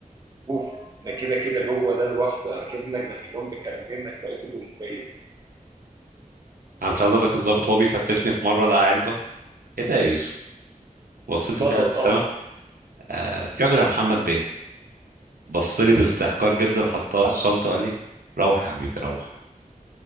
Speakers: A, on the right; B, on the right.
A: اوف ده كده كده جوه ده لوحده اكنك داخل لهم بكارنيه انك رئيس الجمهوريه
B: انا مش عايز اقول لك الضابط وهو بيفتشني في مره لقى علبه ايه ده يا يوسف بصيت
A: انبسط
B: له كده بابتسامه
A: طبعا
B: آه في اجر يا محمد بيه بص لي باستحقار جدا حطها في الشنطه وقال لي روح يا حبيبي روح